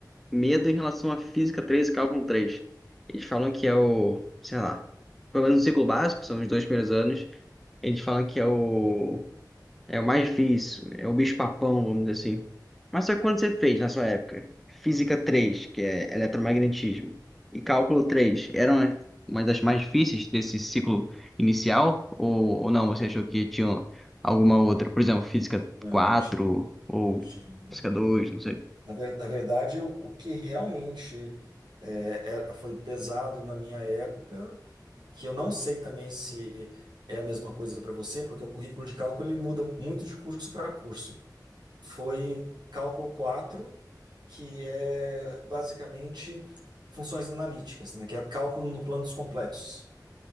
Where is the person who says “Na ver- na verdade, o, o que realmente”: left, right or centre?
Right